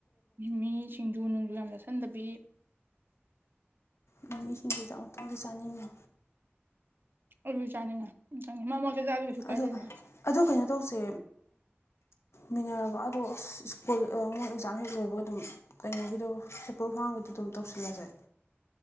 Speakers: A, on the right (about 55°); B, on the left (about 80°).
A: ꯃꯤꯁꯤꯡꯁꯨ ꯅꯣꯡꯖꯨ ꯌꯥꯝ ꯆꯥꯁꯤꯟꯗꯕꯤ
B: ꯅꯨꯃꯤꯁꯤꯡꯒꯤꯤꯟꯗꯤꯗ ꯑꯃꯨꯛꯇꯪꯒꯤ ꯆꯥꯅꯤꯡꯉ
A: ꯑꯣ ꯆꯥꯅꯤꯡꯉ ꯆꯪ ꯃꯔꯛ ꯃꯔꯛ ꯇ ꯖꯥꯕꯁꯨ ꯀꯩꯁꯨ ꯀꯥꯏꯗꯦꯅ
B: ꯑꯗꯣ ꯑꯗꯣ ꯀꯩꯅꯣ ꯇꯧꯁꯦ ꯃꯤꯟꯅꯔꯕ ꯑꯗꯣ ꯑꯁ ꯁ꯭ꯀꯨꯜ ꯃꯣꯏ ꯑꯦꯛꯖꯥꯝ ꯍꯦꯛ ꯂꯣꯏꯕ ꯑꯗꯨꯝ ꯀꯩꯅꯣꯒꯤꯗꯣ ꯑꯦꯄꯣꯜ ꯐꯥꯝꯒꯤꯗꯣ ꯑꯗꯨꯝ ꯇꯧꯁꯤꯜꯂꯁꯦ